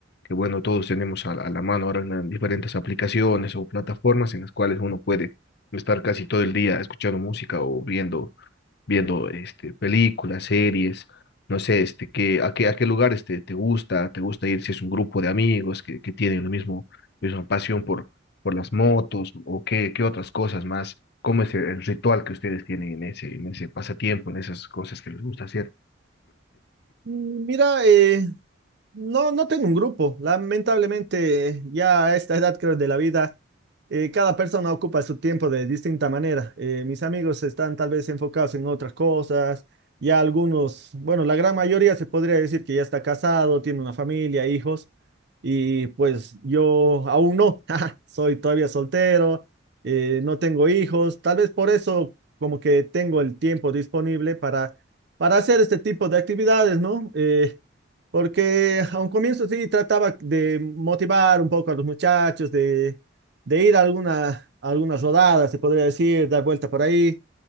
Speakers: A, on the left; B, on the right.
A: que bueno, todos tenemos a, a la mano ahora en las diferentes aplicaciones o plataformas en las cuales uno puede estar casi todo el día escuchando música o viendo, viendo este, películas, series, no sé, este, que, a qué, a qué lugares te, te gusta, te gusta ir si es un grupo de amigos que, que tienen lo mismo, misma pasión por, por las motos o qué, qué otras cosas más, cómo es el, el ritual que ustedes tienen en ese, en ese pasatiempo, en esas cosas que les gusta hacer.
B: Mm, Mira, eh, no, no tengo un grupo. Lamentablemente, ya a esta edad creo de la vida, eh, cada persona ocupa su tiempo de distinta manera. Eh, mis amigos están tal vez enfocados en otras cosas. Ya algunos, bueno, la gran mayoría se podría decir que ya está casado, tiene una familia, hijos. Y pues yo aún no, <laughs> soy todavía soltero, eh, no tengo hijos. Tal vez por eso como que tengo el tiempo disponible para, para hacer este tipo de actividades, ¿no? Eh, porque a un comienzo sí trataba de motivar un poco a los muchachos, de, de ir a alguna, a algunas rodadas, se podría decir, dar vuelta por ahí.